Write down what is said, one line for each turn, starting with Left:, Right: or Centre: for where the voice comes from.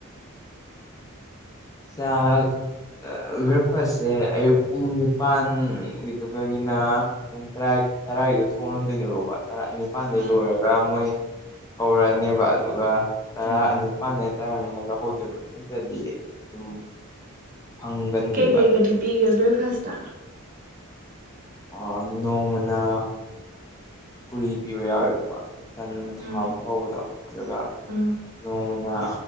Left: ꯆꯥꯛ ꯕ꯭ꯔꯦꯛ ꯐꯥꯁꯁꯦ ꯑꯌꯨꯛ ꯄꯨꯡ ꯅꯤꯄꯥꯟ ꯗꯣꯛꯇꯔꯒꯤꯅ ꯄꯨꯡ ꯇꯔꯥ ꯇꯔꯥꯒꯤꯗ ꯊꯣꯡ ꯂꯣꯟꯗꯣꯏꯅꯦꯕꯀꯣ ꯇꯔꯥꯅꯤ ꯄꯥꯟꯗꯩ
Right: ꯎꯝ
Left: ꯂꯣꯏꯔꯒ ꯃꯣꯏ ꯀꯧꯔꯛꯑꯅꯦꯕ ꯑꯗꯨꯒ ꯇꯔꯥ
Right: ꯎꯝ
Left: ꯑꯅꯤ ꯅꯤꯄꯥꯟꯗꯩꯅ ꯇꯥꯔꯥꯢ ꯃꯅꯨꯡꯗ ꯂꯧꯍꯧꯗꯣꯏꯕ ꯅꯠꯇꯗꯤ ꯑꯗꯨꯝ ꯐꯪꯒꯟꯗꯦꯕ
Right: ꯀꯩ ꯀꯩ ꯒꯗꯤ ꯄꯤꯒꯦ ꯕ꯭ꯔꯦꯛꯐꯥꯁꯇ
Left: ꯑꯥ ꯅꯣꯡꯃꯅꯥ ꯄꯨꯔꯤ ꯄꯤꯌꯨ ꯌꯥꯎꯋꯦꯀꯣ ꯇꯟ ꯊꯥꯎꯗ
Right: ꯎꯝ
Left: ꯍꯧꯕꯗꯣ ꯑꯗꯨꯒ
Right: ꯎꯝ
Left: ꯅꯣꯡꯃꯅ